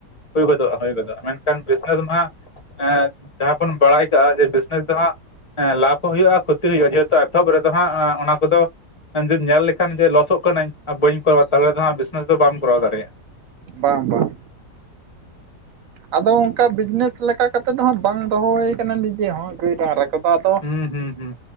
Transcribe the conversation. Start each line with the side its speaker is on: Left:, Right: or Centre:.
Left: ᱦᱳᱭ ᱜᱚᱫᱚᱜᱼᱟ ᱦᱳᱭ ᱜᱚᱫᱚᱜᱼᱟ ᱢᱮᱱᱠᱷᱟᱱ ᱵᱤᱡᱽᱱᱮᱥ ᱢᱟ ᱮᱸ ᱡᱟᱦᱟᱸ ᱵᱚᱱ ᱵᱟᱲᱟᱭ ᱠᱟᱜᱼᱟ ᱡᱮ ᱵᱤᱡᱽᱱᱮᱥ ᱫᱚ ᱦᱟᱸᱜ ᱞᱟᱵᱷ ᱦᱚᱸ ᱦᱩᱭᱩᱜᱼᱟ ᱠᱷᱚᱛᱤ ᱦᱩᱭᱩᱜᱼᱟ ᱡᱮᱦᱮᱛᱩ ᱮᱛᱚᱦᱚᱵ ᱨᱮᱫᱚ ᱦᱟᱸᱜ ᱚᱱᱟ ᱠᱚᱫᱚ ᱧᱮᱞ ᱞᱮᱠᱷᱟᱱ ᱡᱮ ᱞᱚᱥᱚᱜ ᱠᱟᱹᱱᱟᱹᱧ ᱵᱟᱹᱧ ᱠᱚᱨᱟᱣᱟ ᱛᱟᱦᱚᱞᱮ ᱫᱚ ᱦᱟᱸᱜ ᱰᱮᱥᱼ ᱚᱱᱟ ᱫᱚ ᱵᱟᱢ ᱠᱚᱨᱟᱣ ᱫᱟᱲᱮᱭᱟᱜᱼᱟ
Right: ᱵᱟᱝ ᱵᱟᱝ ᱟᱫᱚ ᱚᱱᱠᱟ ᱵᱤᱡᱽᱱᱮᱥ ᱞᱮᱠᱟ ᱠᱟᱛᱮᱜ ᱫᱚ ᱦᱟᱸᱜ ᱵᱟᱝ ᱫᱚᱦᱚ ᱦᱩᱭ ᱠᱟᱱᱟ ᱱᱤᱡᱮ ᱦᱚᱸ ᱜᱟᱹᱭ ᱵᱟᱝᱨᱟ ᱠᱚᱫᱚ ᱱᱤᱛᱚᱜ ᱫᱚ ᱟᱫᱚ
Left: ᱦᱩᱸ ᱦᱩᱸ ᱦᱩᱸ